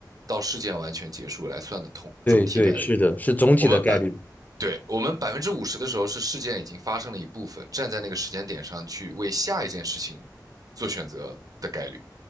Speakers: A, on the right (about 55°); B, on the left (about 25°).
A: 到事件完全结束来算的统整体概率。
B: 对对，是的，是总体的概率。
A: 我们百，对，我们百分之五十的时候是事件已经发生了一部分，站在那个时间点上去为下一件事情做选择的概率。